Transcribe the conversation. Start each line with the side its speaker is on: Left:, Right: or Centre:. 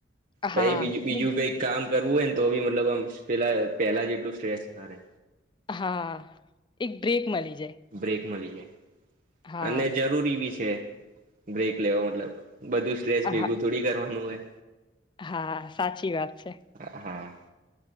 Left: હા.
Right: પછી બીજું બીજું
Left: અને
Right: કઈક કામ કરવું હોય ને તો બી મતલબમ પેલા પેલા જ એટલું સ્ટ્રેસ નારે
Left: હા, એક બ્રેક મળી જાય
Right: બ્રેક મળી જાય.
Left: હા
Right: અને જરૂરી બી છે. બ્રેક લેવા મતલબ બધું સ્ટ્રેસ ભેગું
Left: હા
Right: થોડી કરવાનું હોય.
Left: હા સાચી વાત છે.
Right: હા